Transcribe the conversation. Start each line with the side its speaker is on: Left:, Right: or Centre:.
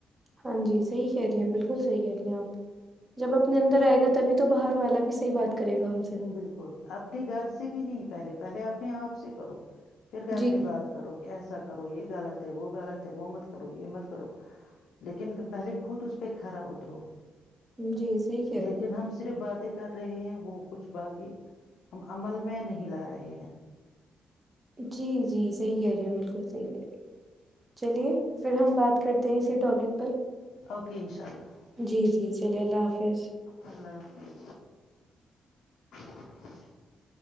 Right: ہاں جی صی کہہ رہی ہیں بالکل ہیں آپ جب اپنے اندر آئے گا تبھی تو باہر والا بھی صحی بات کرے گا ہم سے
Left: بالکل اپنے گھر سے بھی نہیں پہلے پہلے اپنے آپ سے کرو پھر گھر
Right: جی
Left: میں بات کرو کہ ایسا کرو یہ غالط ہے وہ گالط ہے وہ مت کرو یہ مت کرو لیکن پہلے خود اس پہ کھھرا اترو
Right: جی صحیح کہہ
Left: لیکن
Right: رہی ہیں
Left: ہم صرف باتیں کر رہے ہیں وہ کچھ باقی ہم عمل میں نہیں لا رہے ہیں
Right: جی جی صحیح کہہ رہی ہیں بالکل صحی کہہ رہی چلیے پھر ہم بات کرتے ہیں اسی ٹاپک پر
Left: اوکے انشاء اللہ
Right: جی جی چلیے اللہ حافظ
Left: اللہ حافظ <unintelligible>